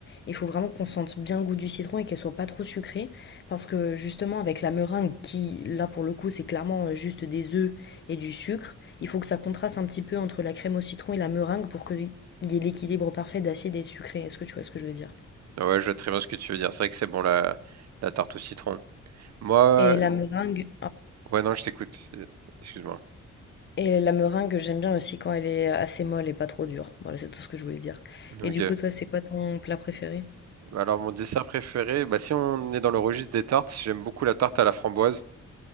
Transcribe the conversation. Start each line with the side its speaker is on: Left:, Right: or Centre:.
Left: Il faut vraiment qu'on sente bien le goût du citron et qu'elle soit pas trop sucrée, parce que justement avec la meringue qui, là pour le coup, c'est clairement euh, juste des œufs et du sucre, il faut que ça contraste un petit peu entre la crème au citron et la meringue pour qu'il y ait l'équilibre parfait d'acide et de sucré. Est-ce que tu vois ce que je veux dire?
Right: Ah Ouais, je vois très bien ce que tu veux dire. C'est vrai que c'est bon la la tarte au citron. Moi,
Left: Et la meringue,
Right: ouais, non, je t'écoute. euh, Excuse-moi.
Left: Et la meringue, j'aime bien aussi quand elle est assez molle et pas trop dure. Voilà, c'est tout ce que je voulais dire.
Right: Ok.
Left: Et du coup, toi, c'est quoi ton plat préféré?
Right: Alors, mon dessert préféré, bah, si on est dans le registre des tartes, j'aime beaucoup la tarte à la framboise.